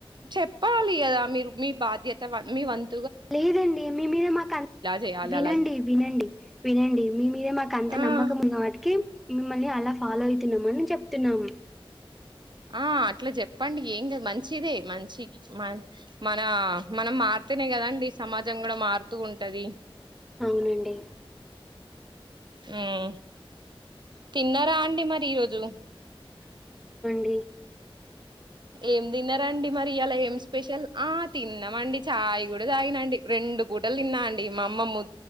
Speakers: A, on the right; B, in the centre.
A: చెప్పాలి కదా మీరు మీ బాధ్యత మీ వం న్
B: లేదండి మీ మీద మాకు
A: చేయాలి
B: వినండి
A: అలా జే
B: వినండి వినండి మీ మీద మాకు అంత
A: ఆ
B: నమ్మకం ఉన్న వాటికి మిమ్మల్ని అలా ఫాలో అయితున్నామ్ అని చెప్తున్నాం
A: ఆ అట్లా చెప్పండి ఏం కాద్ మంచిదే మంచి మ మన మనం మారుతనే కదండి సమాజం కూడ మారుతూ ఉంటది
B: అవునండి
A: మ్మ్ తిన్నారా అండి మరి ఈ రోజ్ జు
B: డి
A: ఏం తిన్నారంండి మరి ఇయాల ఏం స్ స్పెషల్ ఆ తిన్నామండి చాయ్ కూడా తాగినండి రెండు పూటలు తిన్నా అండి మా అమ్మ మ్